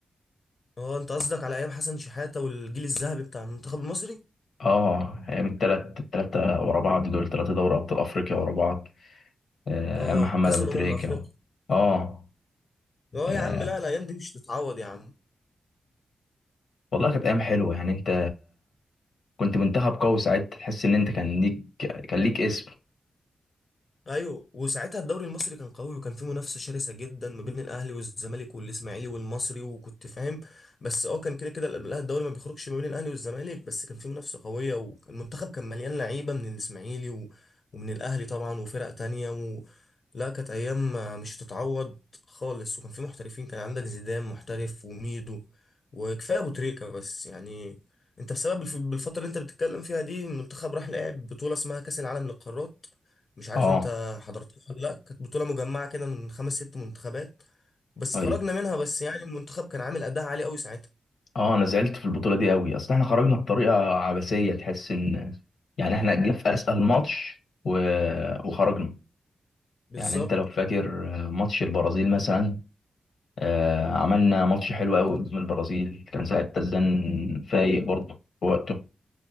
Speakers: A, on the left; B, on the left.
A: اه انت قصدك على ايام حسن شحاتة والجيل الذهبي بتاع المنتخب المصري
B: اه ايام الثلاث الثلاثه ورا بعض دول ثلاثه دوري ابطال افريقيا ورا بعض آه،
A: اه
B: ايام محمد
A: كأس
B: ابو
A: الامم
B: تريكه
A: الافريقية
B: و... اه
A: اه
B: آه،
A: يا عم لا لا، الايام دي مش تتعوض يا عم
B: والله كانت ايام حلوه يعني انت كنت منتخب قوي ساعتها تحس ان انت كان ليك كان ليك اسم
A: ايوه وساعتها الدوري المصري كان قوي وكان فيه منافسه شرسه جدا ما بين الاهلي والزمالك والاسماعيلي والمصري وكنت فاهم بس اه كان كده كده لا، الدوري ما بيخرجش ما بين الاهلي والزمالك بس كان فيه منافسه قويه وكان المنتخب كان مليان لعيبه من الاسماعيلي و... ومن الاهلي طبعا وفرق تانية و... لا كانت ايام مش هتتعوض خالص وكان فيه محترفين كان عندك زيدان محترف وميدو وكفايه ابو تريكه بس يعني انت بسبب الف- بالفتره اللي انت بتتكلم فيها دي المنتخب راح لعب بطوله اسمها كاس العالم للقارات مش عارف
B: اه
A: انت حضرت لا كانت بطولة مجمعة كده من خمس ست منتخبات بس
B: طيب
A: خرجنا منها بس يعني المنتخب كان عامل أداء عالي قوي ساعتها
B: اه انا زعلت في البطوله دي قوي اصل احنا خرجنا بطريقه عبثيه تحس ان يعني احنا جينا في اسال ماتش و... وخرجنا
A: بالظبط
B: يعني انت لو فاكر ماتش البرازيل مثلا آه عملنا ماتش حلو قوي قدام البرازيل كان ساعتها الزن فايق برضه في وقته